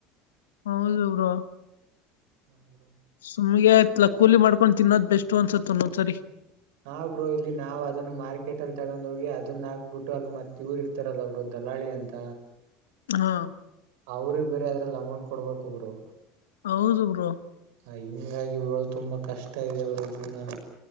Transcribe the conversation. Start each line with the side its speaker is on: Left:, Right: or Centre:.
Left: ಹೌದು ಬ್ರೋ.
Right: <unintelligible>
Left: ಸುಮ್ನೆ ಕೂಲಿ ಮಾಡ್ಕೊಂಡು ತಿನ್ನೋದ್ ಬೆಸ್ಟು ಅನ್ಸತು ಒಂದೊಂದು ಸರಿ.
Right: ಆ ಬ್ರೋ ಇಲ್ಲಿ ನಾವು ಅದನ್ನ ಮಾರ್ಕೆಟ್ ಅಲ್ಲಿ ತಗೊಂಡ್ ಹೋಗಿ ಅದನ್ನ ಹಾಕ್ಬಿಟ್ಟು ಅಲ್ಲಿ ಮತ್ತ ಇವರು. ಇತ್ತರಲ್ಲ ಬ್ರೋ ದಲಾಳಿ ಅಂತ.
Left: ಹಾ
Right: ಅವ್ರ ಬೇರೆ ಅದ್ರಲ್ಲಿ ಅಮೌಂಟ್ ಕೊಡ್ಬೇಬೇಕು ಬ್ರೋ.
Left: ಹೌದು ಬ್ರೋ.
Right: ಹ ಹಿಂಗಾಗಿ ಬ್ರೋ ತುಂಬಾ ಕಷ್ಟ ಇದೆ ಜೀವನ.